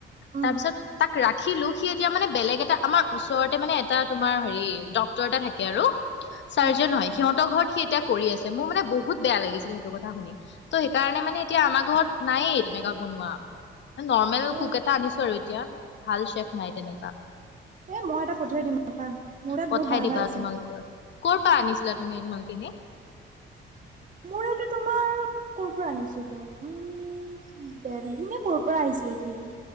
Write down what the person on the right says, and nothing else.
উম,
অ'।
এ
এ মই এটা পঠিয়াই দিম ৰখা মোৰ তাত
বহুত ভাল
ভাল আছে।
মোৰ এইটো তোমাৰ ক' পৰা আনিছিলো, উম ' দেলহি নে ক'ৰ পৰা আহিছিলে সি?